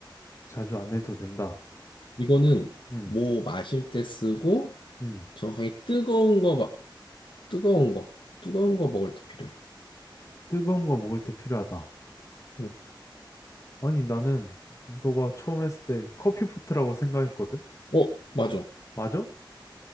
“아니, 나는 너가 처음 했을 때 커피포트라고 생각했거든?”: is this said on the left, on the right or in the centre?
Left